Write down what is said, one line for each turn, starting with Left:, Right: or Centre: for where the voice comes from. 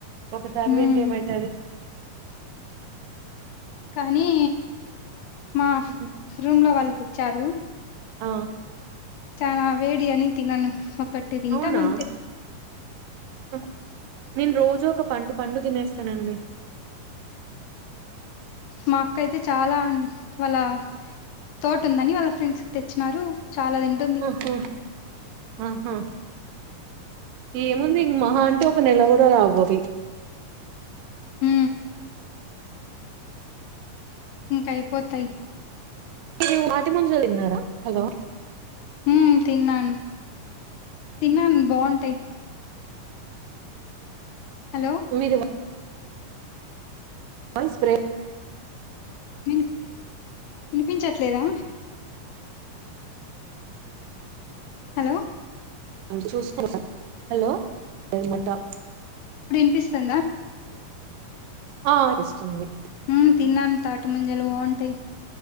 Right: ఒకసారి
Left: హ్మ్
Right: తింటే ట ఏమవుతది
Left: కానీ మా
Right: హ్మ్
Left: రూమ్ లో వాళ్ళు తెచ్చారు
Right: ఆ
Left: చాన వేడి అని తినను ఒక్కటి తింటాను
Right: అవునా
Left: అంతే
Right: <unintelligible> ఒక పండు పండు తినేస్తానండి
Left: మా అక్క అయితే చాల <unintelligible> వాళ్ళ తోట ఉందని వాళ్ళ ఫ్రెండ్స్కి తెచ్చినారు చాలా తింటుంది
Right: ఆహా ఆహా ఏముంది ఇం మహా అంటే ఒక నెల కూడ రావు అవి
Left: హు ఇంకా అయిపోతాయి
Right: <unintelligible> హలో
Left: హ తిన్నాను తిన్నాను బాగుంటాయి హలో
Right: మీరు వయిస్ బ్రే
Left: వి వినిపించట్లేదా హలో
Right: <unintelligible> హలో <unintelligible>
Left: <unintelligible> పిస్తుందా
Right: ఆ ఇస్తుంది
Left: ఉ తిన్నాను తాటి ముంజలు బాంటాయి